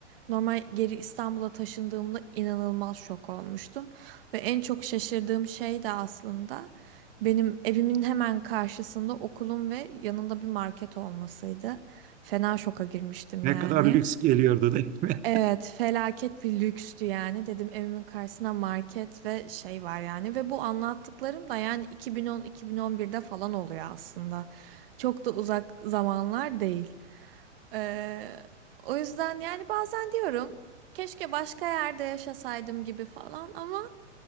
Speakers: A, on the right; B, on the right.
A: normal geri İstanbul'a taşındığımda inanılmaz şok olmuştum. Ve en çok şaşırdığım şey de aslında benim evimin hemen karşısında okulum ve yanında bir market olmasıydı. Fena şoka girmiştim
B: Ne
A: yani.
B: kadar lüks geliyordu değil mi?
A: Evet, felaket bir lükstü yani. Dedim evimin karşısına market ve şey var yani. Ve bu anlattıklarım da yani 2010-2011'de falan oluyor aslında. Çok da uzak zamanlar değil. Ee, o yüzden yani bazen diyorum keşke başka yerde yaşasaydım gibi falan ama